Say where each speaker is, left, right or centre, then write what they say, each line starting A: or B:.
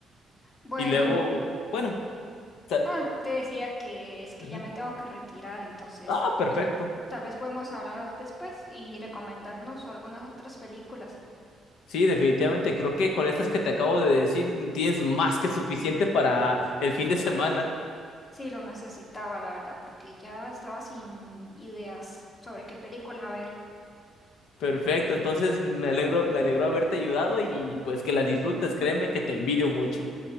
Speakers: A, on the left (about 30°); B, on the left (about 80°).
A: Bueno,
B: Y luego, bueno, ta-
A: ah, te decía que es que
B: ujú.
A: ya me tengo que retirar, entonces
B: ah, perfecto.
A: tal vez podemos hablar después y recomendarnos algunas otras películas.
B: Sí, definitivamente. Creo que con estas que te acabo de decir tienes más que suficiente para el fin de semana.
A: Sí, lo necesitaba, la verdad, porque ya estaba sin ideas sobre qué película ver. <laughs>
B: Perfecto. Entonces me alegro, me alegro haberte ayudado y pues que las disfrutes. Créeme que te envidio mucho.